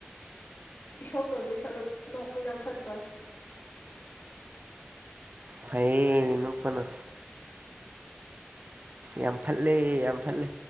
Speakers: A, on the left (about 60°); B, on the right (about 45°).
A: ꯏꯁꯧ ꯇꯧꯗꯣꯏ ꯁꯔꯨꯛ ꯅꯣꯛꯄꯅ ꯐꯠꯇ꯭ꯔꯣ
B: ꯐꯩ ꯏꯅꯄꯅ ꯌꯥꯝ ꯐꯠꯂꯦ ꯌꯥꯝ ꯐꯜꯂꯦ